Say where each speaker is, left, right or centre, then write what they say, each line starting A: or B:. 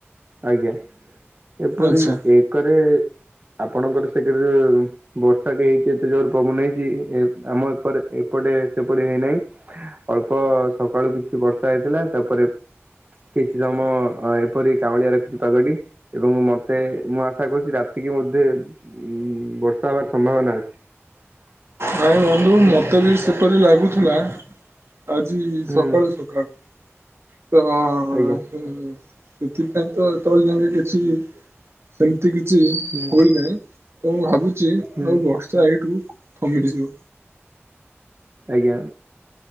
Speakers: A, on the right (about 40°); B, on the right (about 65°).
A: ଆଜ୍ଞା ଏପରି
B: ଆଚ୍ଛା
A: ଏକରେ ଆପଣଙ୍କର ସେକେରେ। ବର୍ଷା ଟି ହେଇଛି ଏତେ ଜୋର ପବନ ହେଇଛି ଏ ଆମ ଏପଟେ ଏପଟେ ସେପରି ହେଇନାହିଁ। ଅଳ୍ପ ସକାଳୁ କିଛି ବର୍ଷା ହେଇଥିଲା ତାପରେ। କିଛି ସମୟ ଏପରି। କାଉଁଳିଆ ରଖିଛି ପାଗଟି ଏବଂ ମତେ ମୁଁ ଆଶା କରୁଛି ରାତିକି ବୋଧେ। ଉଁ ବର୍ଷା ହବାର ସମ୍ଭାବନା ଅଛି।
B: ନାଇ ବନ୍ଧୁ ମୋତେ ବି ସେପରି ଲାଗୁଥିଲା। ଆଜି
A: ହୁଁ
B: ସକାଳୁ ସକାଳୁ ତ
A: ଆଜ୍ଞା
B: ସେ ସେଥିପାଇଁ ତ ଏତବେଳ ଯାଙ୍କେ କିଛି ସେମିତି କିଛି
A: ହୁଁ
B: ହୋଇନାହିଁ। ତ ମୁଁ ଭାବୁଛି
A: ହୁଁ
B: ଆଉ ବର୍ଷ ଏଇଠୁ ଥମି ଯିବ।
A: ଆଜ୍ଞା।